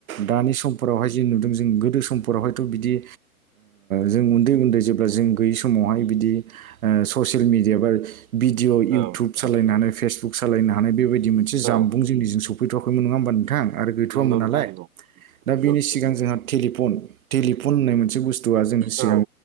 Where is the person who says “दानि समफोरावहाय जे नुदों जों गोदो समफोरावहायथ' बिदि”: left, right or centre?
Right